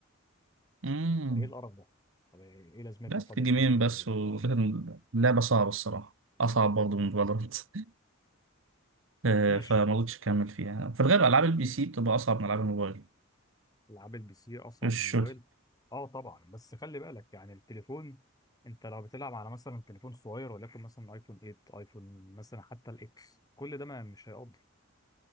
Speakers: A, on the right; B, on the left.
A: امم
B: فايه القرف ده طب ايه إيه لازمتها
A: لعبت
B: طب ان
A: جيمين
B: هي مجانية
A: بس وكان لعبه صعبه الصراحه اصعب برضه من فالورانت <laughs> آه،
B: ماشي
A: فما قدرتش اكمل فيها في الغالب العاب البي سي بتبقى اصعب من العاب الموبايل
B: العاب البي سي اسرع
A: الشوتي
B: من الموبايل اه طبعا بس خلي بالك يعني التليفون انت لو بتلعب على مثلا تليفون صغير ولكن مثلا ايفون 8 ايفون مثلا حتى الاكس كل ده ما مش هيقضي